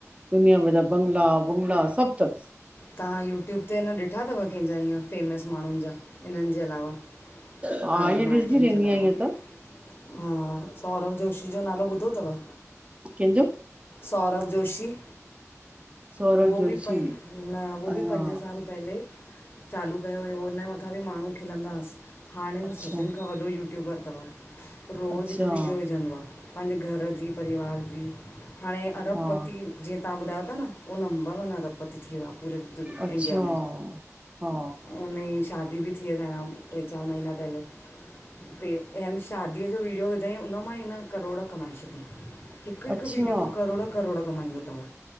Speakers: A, on the right (about 25°); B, on the left (about 40°).
A: दुनिया भर जा बंगला बंगला सभु थस।
B: तव्हां यूट्यूब ते न ॾिठा अथव कंहिंजा ईअं फेमस माण्हुन जा इनि जे अलावा
A: हा
B: तव्हांजे
A: ईअं
B: माइटरन
A: ॾिसंदी रहंदी
B: जे अलावा
A: आहियां ईअं
B: हा,
A: त
B: सौरभ जोशी जो नालो ॿुधो थव?
A: कंहिंजो?
B: सौरभ जोशी
A: सौरभ
B: उहो
A: जोशी
B: बि प न उहो बि
A: अञा
B: पंज साल पहिले चालू कयो हुयो हुनजे मथां बि माण्हू खिलंदा हस। हाणे
A: अच्छा
B: उह सभिन खां वॾो यूट्यूबर थव रोज़
A: अच्छा
B: हिकु वीडियो विझंदो आ। भले घर जी परिवार जी, हाणे अरबपती
A: हा
B: जीअ -- तव्हां ॿुधायो था न उहो नंबर वन अरबपती थी वियो आहे पूरे --
A: अच्छा
B: इंडिया में,
A: हा
B: हुनजी शादी बि थी -- थी विया असांजा टे चार महीना पहिले यूट्यूब ते यानि शादीअ जो विडियो विधाईं उन मां ई हिन करोड़ कमाए छॾियईं। हिकु हिकु
A: अच्छा
B: वीडियो मां करोड़ करोड़ कमाईंदो तव